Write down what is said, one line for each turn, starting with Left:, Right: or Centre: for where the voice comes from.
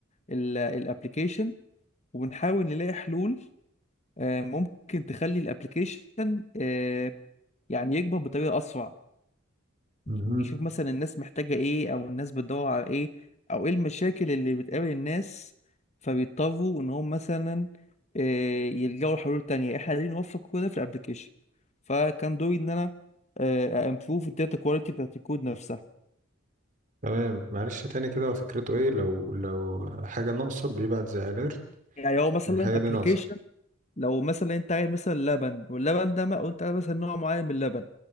Left: الابلكيشن وبنحاول نلاقي حلول أه ممكن تخلي الابلكيشن أه يعني يكبر بطريقة اسرع
Right: امم
Left: نشوف مثلا الناس محتاجة ايه او الناس بتدور على ايه او ايه المشاكل اللي بتقابل الناس فبيضطروا ان هم مثلا آه، يلجأوا لحلول تانية احنا عايزين نوفق كل ده في الابليكيشن فكان دوري ان انا امبروف الداتا كواليتي بتاعت الكود نفسها
Right: تمام معلش تاني كده هو فكرته ايه لو لو حاجة ناقصة بيبعت زي اليرت
Left: يعني هو مثلا
Right: الحاجة
Left: ابلكيشن
Right: دي ناقصة
Left: لو مثلا انت عايز مثلا لبن واللبن ده ما وانت عايز مثلا نوع معين من اللبن